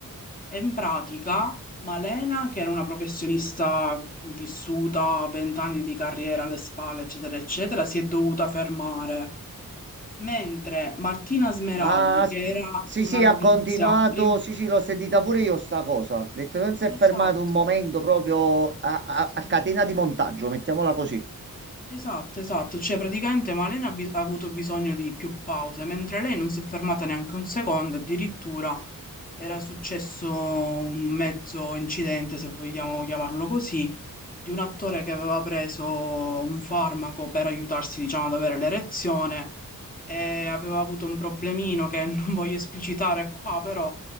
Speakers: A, on the left; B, on the right.
A: E in pratica, Malena, che era una professionista vissuta, vent'anni di carriera alle spalle, eccetera, eccetera, si è dovuta fermare, mentre Martina Smeraldi,
B: Ah,
A: che
B: s-
A: era
B: sì,
A: una
B: sì,
A: novizia,
B: ha continuato.
A: prim-
B: Sì, sì, l'ho sentita pure io sta cosa. Ha detto, non si è fermato
A: Esatto,
B: un momento proprio a, a-
A: sì,
B: a catena di montaggio, mettiamola così.
A: esatto, esatto, cioè praticamente Malena ha, bi- ha avuto bisogno di più pause, mentre lei non si è fermata neanche un secondo, addirittura era successo un mezzo incidente, se vogliamo chiamarlo così di un attore che aveva preso un farmaco per aiutarsi, diciamo, ad avere l'erezione e aveva avuto un problemino che <laughs> non voglio esplicitare qua, però